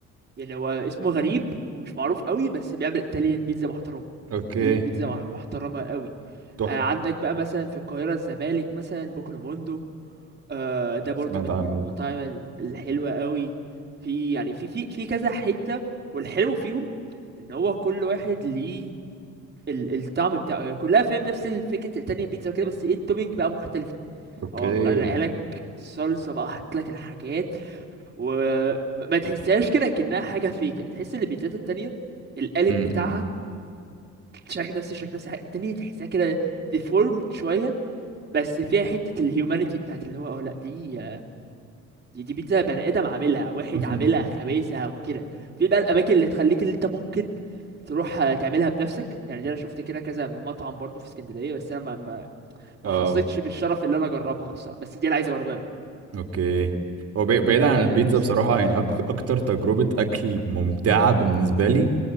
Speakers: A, on the right; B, on the right.
A: يعني هو اسمه غريب ومش معروف قوي بس بيعمل ايطاليان بيتزا محترمه
B: <laughs> اوكي
A: ايطاليان بيتزا مح- محترمه قوي
B: تحفه
A: آه عندك بقى مثلا في القاهره الزمالك مثلا بوكلو موندو آه ده برضو
B: سمعت
A: من
B: عنه
A: من المطاعم
B: ده
A: ال- الحلوه قوي في يعني في في في كذا حته والحلو فيهم ان هو كل واحد ليه ال الطعم بتاعه هي كلها فاهم نفس فكره الايطاليان بيتزا كده بس ايه التوبينج بقى مختلفه
B: اوكي
A: هو مغرقها لك الصلصه بقى حاطط لك الحاجات وما تحسهاش كده كأنها حاجة فيك يعني تحس ان البيتزات التانية القالب
B: امم
A: بتاعها الشكل نفس الشكل نفس الحاجة التانية تحسها كده ديفورمد شوية بس فيها حتة الهيومانيتي بتاعت اللي هو اه لا دي دي, دي بيتزا بني آدم عاملها واحد
B: <laughs>
A: عاملها خبازها وكده في بقى الأماكن اللي تخليك اللي انت ممكن تروح آه، تعملها بنفسك يعني دي انا شفت كده كذا مطعم برضو في اسكندرية بس انا ما ما,
B: اه
A: ما حصيتش بالشرف اللي انا اجربها الصراحة بس دي انا عايز اجربها قوي
B: اوكي هو بعيد
A: اللي انا
B: عن
A: اعملها
B: البيتزا
A: بنفسي
B: بصراحة يعني أك... أكتر تجربة أكل ممتعة بالنسبة لي